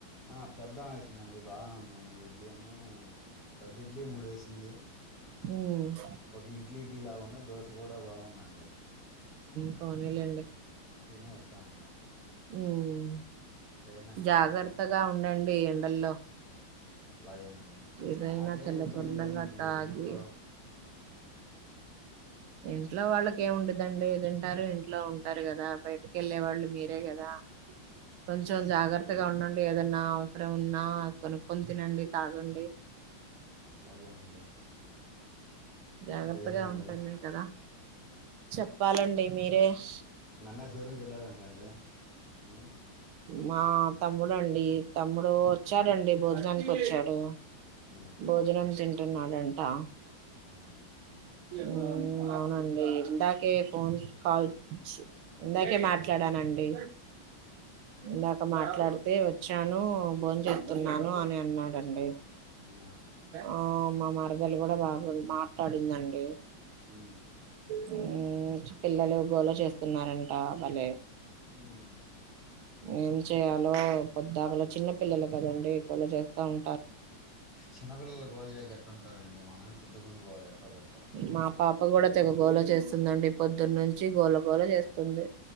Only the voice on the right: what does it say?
ఉమ్
పోనీలెండి
హ్మ్
జాగ్రత్తగా
ఉండండి ఈ ఎండల్లో
ఏదైనా
చల్ల
చల్లగా
తాగి
ఇంట్లో వాళ్ళక ఏముండదండి దింటారు ఇంట్లో ఉంటారు కదా బయటకి వెళ్ళే వాళ్ళు మీరే కదా కొంచెం
జాగ్రత్తగా ఉండండి ఏదన్నా అక్కడ ఉన్నా కొనుక్కొని తినండి తాగండి
జాగ్రత్తగా
ఉంటుంది కదా చెప్పాలండి మీరేష్
మా తమ్ముడండి తమ్ముడు
వచ్చాడండి బోజ్ భోజ్నాన్కి వచ్చాడు
భోజనం <unintelligible> తీన్నాడంటా
మ్మ్ అవునండి ఇందాకే ఫోన్ కాల్ ఇందాకే మాట్లాడానండి
ఇందాక్ మాట్లాడితే వచ్చాను భోం జేతున్నాను
అని అన్నాను అండి
ఆ మా మరదలు కూడా బాగుంది మార్ క్కడుందండి
హ్మ్మ్ పిల్లలు గోల చేస్తున్నారంట భలే
ఏం చేయాలో పొద్దాకులో చిన్న పిల్లలు కదండి వాళ్లు జేస్తా ఉం
మా పాప కూడా తెగగోళ చేస్తుందండి పొద్దున్న నుంచి గోళగోళ చేస్తుంది.